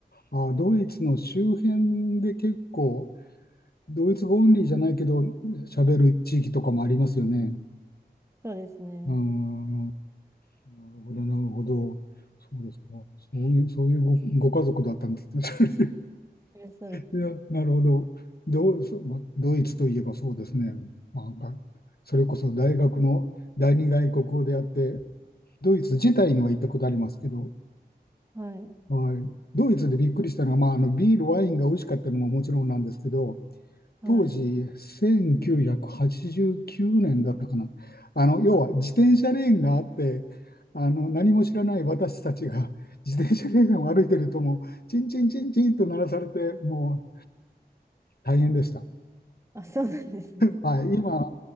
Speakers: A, on the left; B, on the right.
A: あ、ドイツの周辺で結構、ドイツ語オンリーじゃないけど、喋る地域とかもありますよね。
B: そうですね。
A: うん。なるほど、なるほど。そうですか。そういう、そういうご、ご家族だったんですね。
B: えそうですね。
A: いや、なるほど。ドう、そうまあドイツといえばそうですね。まあなんか、それこそ大学の第二外国語であって、ドイツ自体には行ったことありますけど、
B: はい。
A: はい、ドイツでびっくりしたのは、まあ、あのビール、ワインが美味しかったのももちろんなんですけど、
B: はい。
A: 当時、1989年だったかな。あの、要は自転車レーンがあって、あの、何も知らない私たちが <laughs> 自転車レーンを歩いてると、もう、チンチンチンチンと鳴らされて、もう大変でした。
B: あ、そうなんですね。
A: はい、今、